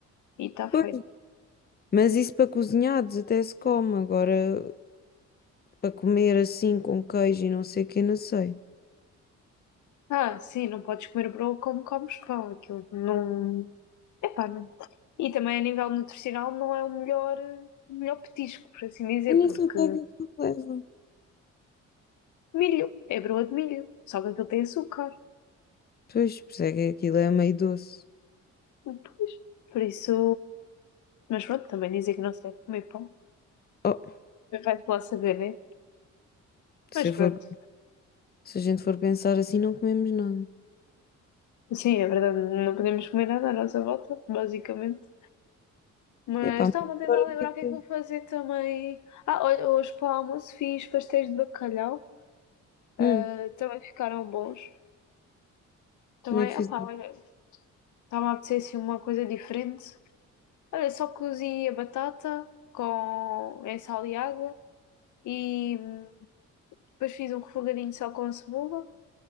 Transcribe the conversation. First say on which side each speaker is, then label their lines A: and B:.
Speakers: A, on the left; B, on the left.
A: E está
B: Pois,
A: feito.
B: Mas isso para cozinhados até se come, agora para comer assim com queijo e não sei o que, não sei.
A: Ah, sim, não podes comer broa como comes pão. Aquilo não. Epá, não. E também a nível nutricional não é o melhor, eh, o melhor petisco, por assim dizer,
B: Eu nem
A: porque
B: sei o que é que aquilo leva.
A: milho, é broa de milho, só que aquilo tem açúcar.
B: Pois, por isso é que aquilo é meio doce.
A: Pois, por isso. Mas pronto, também dizer que não se deve comer pão.
B: Oh,
A: Vai-te lá saber, né?
B: se
A: Mas
B: eu
A: pronto.
B: for, se a gente for pensar assim, não comemos nada.
A: Sim, é verdade, não podemos comer nada à nossa volta, basicamente. Mas
B: Epá, mas
A: estava a tentar
B: agora
A: lembrar
B: fiquei.
A: o que é que vou fazer também. Ah, olha, hoje para o almoço fiz pastéis de bacalhau. ah,
B: Hum,
A: também ficaram bons. Também,
B: como é que
A: ah
B: fiz?
A: pá, olha, estava a apetecer assim uma coisa diferente. Olha, só cozi a batata com em sal e água e hum, depois fiz um refogadinho só com cebola.